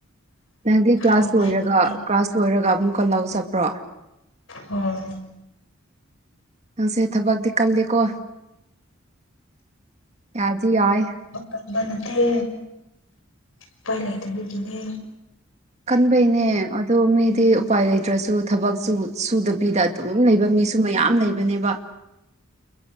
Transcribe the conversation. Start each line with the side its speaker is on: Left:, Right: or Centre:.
Right: ꯅꯪꯗꯤ ꯀ꯭ꯂꯥꯁ
Left: ꯅꯨꯡꯉꯥꯏꯕꯅꯤ
Right: ꯂꯣꯏꯔꯒ ꯀ꯭ꯂꯥꯁ ꯂꯣꯏꯔꯒ ꯑꯃꯨꯛꯀ ꯂꯧ ꯆꯠꯄ꯭ꯔꯣ
Left: ꯍꯣꯏ
Right: ꯅꯪꯁꯦ ꯊꯕꯛꯇꯤ ꯀꯜꯂꯤꯀꯣ ꯌꯥꯗꯤ ꯌꯥꯏ
Left: ꯀꯟꯕ ꯅꯠꯇꯦ ꯎꯄꯥꯏ ꯂꯩꯇꯕꯒꯤꯅꯦ
Right: ꯀꯟꯕꯩꯅꯦ ꯑꯗꯣ ꯃꯤꯗꯤ ꯎꯄꯥꯏ ꯂꯩꯇ꯭ꯔꯁꯨ ꯊꯕꯛꯁꯨ ꯁꯨꯗꯕꯤꯗ ꯑꯗꯨꯝ ꯂꯩꯕ ꯃꯤꯁꯨ ꯃꯌꯥꯝ ꯂꯩꯕꯅꯦꯕ